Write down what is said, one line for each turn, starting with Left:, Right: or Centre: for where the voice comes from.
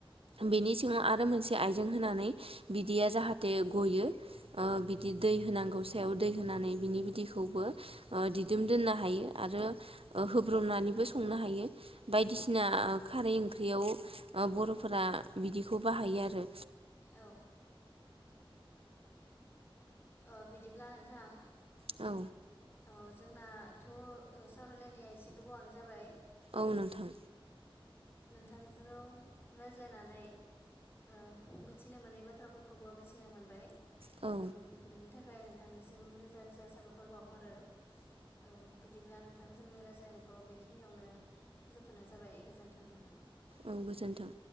Right: बिनि सिङाव आरो मोनसे आइजें होनानै बि दैया जाहाथे गयो। ओ बिदि दै होनांगौ सायाव दै होनानै। बिनि बिदिखौबो। ओ दिदोम दोननो हायो आरो। ओ होब्रोमनानैबो संनो हायो। बायदिसिना खारै ओं ख्रियाव ओ बर'फोरा बिदिखौ बाहायो आरो।
Left: औ। ओ बिदिब्ला नोंथां।
Right: औ।
Left: औ जोंनाथ' ओ सावरायलायनाया एसे गोबावानो जाबाय।
Right: औ नोंथां।
Left: नोंथां <unintelligible> रायज्लायनानै ओ मिथिनो मोनै बाथ्राफोरखौबो मिथिनो मोनबाय।
Right: औ।
Left: ओ बेनि थाखाय नोंथांनिसिम रोजा रोजा साबायखर बावहरो। औ बिदिब्ला नोंथां। नोंथां जोंनि रायज्लायनायखौ बेखिनियावनो फोजोबथनाय जाबाय गोजोन्थों नोंथां।
Right: औ गोजोन्थों।